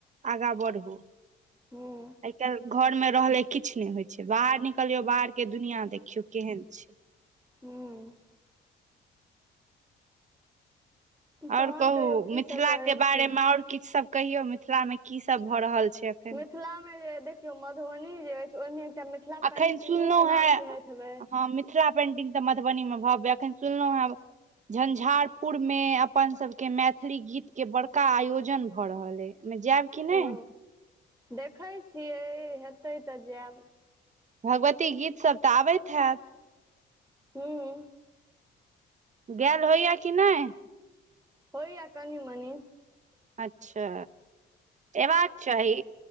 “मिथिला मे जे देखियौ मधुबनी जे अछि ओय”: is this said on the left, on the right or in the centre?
Centre